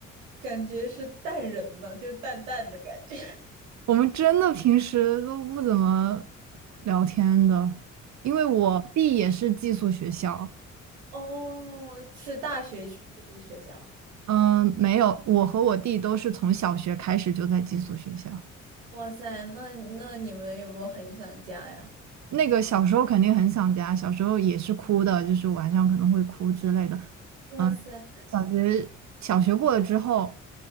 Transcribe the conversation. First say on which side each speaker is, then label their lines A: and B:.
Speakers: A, on the right; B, on the right.
A: 感觉是淡人呢，就是淡淡的感觉。
B: 我们真的平时都不怎么聊天的，因为我弟也是寄宿学校，
A: <laughs> 哦，是大学去这个学校。
B: 嗯，没有，我和我弟都是从小学开始就在寄宿学校。
A: 哇塞，那那你们有没有很想家呀？
B: 那个小时候肯定很想家，小时候也是哭的，就是晚上可能会哭之类的。
A: 哇塞
B: 嗯，小学小学过了之后，